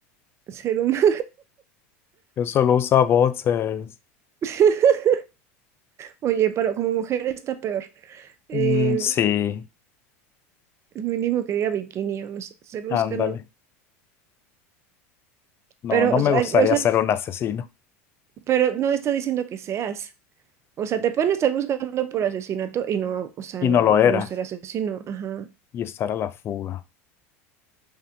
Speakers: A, on the right; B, on the left.
A: Ser humano.
B: Yo solo usa boxers.
A: <laughs> Oye, pero como mujer está peor. Eh,
B: Mm, sí,
A: es mínimo que diga bikini o no sé, Cerusca
B: ándale.
A: no.
B: No,
A: Pero,
B: no
A: o
B: me
A: sea,
B: gustaría
A: o sea,
B: ser
A: es-
B: un asesino.
A: pero no está diciendo que seas. O sea, te pueden estar buscando por asesinato y no, o sea,
B: Y
A: no,
B: no lo era.
A: no ser asesino, ajá.
B: y estar a la fuga.